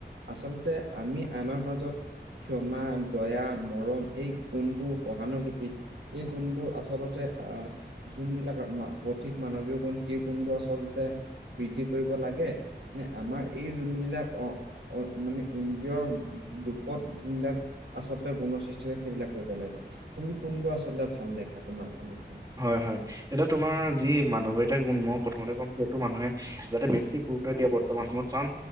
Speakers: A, on the right (about 80°); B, on the right (about 20°).
A: আচলতে আমি আমাৰ মাজত ক্ষমা, দয়া, মৰম এই কোনবোৰ সহানুভূতি এই গুণবোৰ আচলতে আহ যোনবিলাক সঠিক মানৱীয় গুণ, সেই গুণবোৰ আচলতে বৃদ্ধি কৰিব লাগে। নে আমাৰ এই যোনবিলাক অ' অ' মানে ইন্দ্ৰিয়ৰ দুখত যোনবিলাক আচলতে গুণৰ সৃষ্টি হয় সেইবিলাক কৰিব লাগে। তুমি কোনবোৰ আচলতে ভাল দেখা তোমাৰ অনুসৰ
B: হয় হয়। এতিয়া তোমাৰ যি মানৱীয়তাৰ গুণ মই প্ৰথমতে কম সেইটো মানুহে যাতে বেছি গুৰুত্ব দিয়ে বৰ্তমান সময়ত কাৰণ